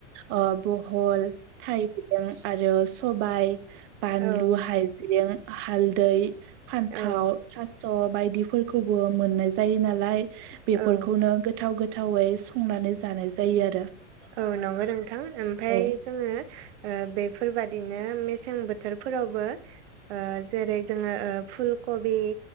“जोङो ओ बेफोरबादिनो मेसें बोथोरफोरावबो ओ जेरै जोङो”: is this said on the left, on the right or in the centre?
Right